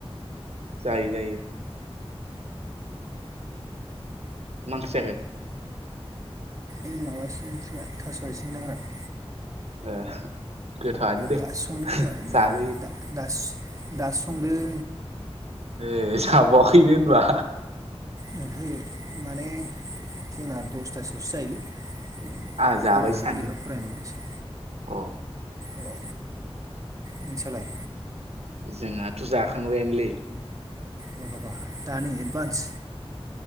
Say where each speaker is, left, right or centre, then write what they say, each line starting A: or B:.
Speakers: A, on the right (about 85°); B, on the right (about 30°).
A: जायो जायो। मा ओंख्रि जाखो?
B: ओइ माबासो ओंख्रिया थास' आइथिं ना गोरान
A: ओ गोथावआनो दे
B: दासो संदों खोमालै
A: जाजायो
B: दा दा दासो संदों
A: ए जाबावाखैनो होनबा
B: ओ हो माने जोंना दसथासोआवसो जायोलै। गथ'फोरखौ
A: आंहा जाबाय सानै
B: लेखा फराय होनंगौ एसे
A: अ
B: औ नोंसालाय?
A: जोंहाथ' जाखांबायानोलै।
B: बा बा बा दानो एडभान्स